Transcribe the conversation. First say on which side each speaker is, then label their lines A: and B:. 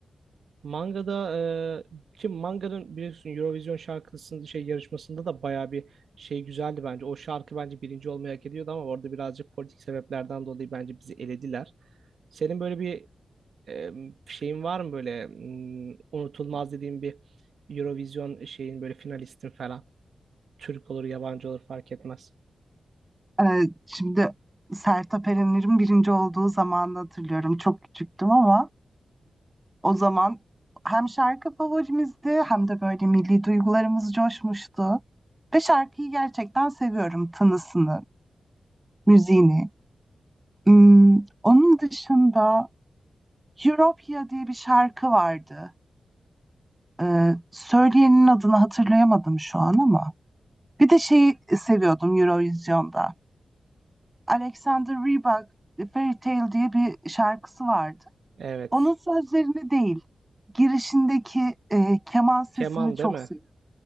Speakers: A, on the right (about 80°); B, on the right (about 15°).
A: Manga'da e, ki Manga'nın biliyorsun Eurovision şarkısının şey yarışmasında da bayağı bir şey güzeldi bence. O şarkı bence birinci olmayı hak ediyordu ama orada birazcık politik sebeplerden dolayı bence bizi elediler. Senin böyle bir e, şeyin var mı böyle m, unutulmaz dediğin bir Eurovision şeyin böyle finalistin falan. Türk olur, yabancı olur fark etmez.
B: Ee, şimdi Sertab Erener'in birinci olduğu zamanı hatırlıyorum. Çok küçüktüm ama o zaman hem şarkı favorimizdi hem de böyle milli duygularımız coşmuştu. Ve şarkıyı gerçekten seviyorum. Tınısını, müziğini. Hmm, onun dışında Europia diye bir şarkı vardı. Ee, söyleyenin adını hatırlayamadım şu an ama. Bir de şeyi seviyordum Eurovision'da. Alexander Rybak Fairy Tale diye bir şarkısı vardı.
A: Evet.
B: Onun sözlerini değil, girişindeki e, keman sesini
A: Keman
B: çok
A: değil mi?
B: seviyorum.